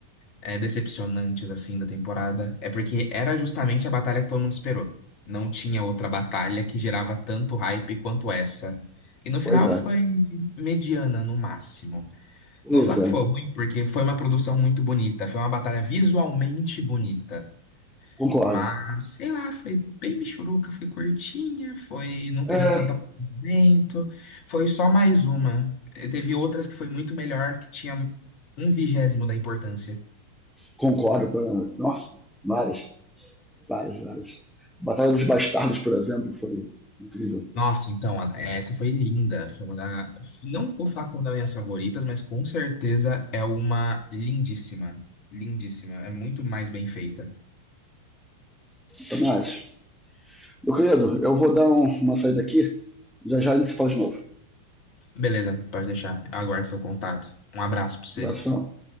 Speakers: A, on the left (about 40°); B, in the centre.
A: é, decepcionantes assim da temporada. É porque era justamente a batalha que todo mundo esperou. Não tinha outra batalha que gerava tanto hype quanto essa. E no final
B: pois é,
A: foi mediana no máximo.
B: pois
A: Não vou falar
B: é,
A: que foi ruim, porque foi uma produção muito bonita. Foi uma batalha visualmente bonita.
B: concordo.
A: Mas, sei lá, foi bem michuruca, foi curtinha, foi, não teve
B: É,
A: tanto acompanhamento, foi só mais uma. E Teve outras que foi muito melhor, que tinha um vigésimo da importância.
B: concordo, com- nossa, várias, várias, várias. Batalha dos Bastardos, por exemplo, foi incrível.
A: Nossa, então, a- essa foi linda. Foi uma da, não vou falar como das minhas favoritas, mas com certeza é uma lindíssima. Lindíssima. É muito mais bem feita.
B: Também acho. Meu querido, eu vou dar um- uma saída aqui, já já a gente se fala de novo.
A: Beleza, pode deixar. Eu aguardo seu contato. Um abraço pra você.
B: Abração.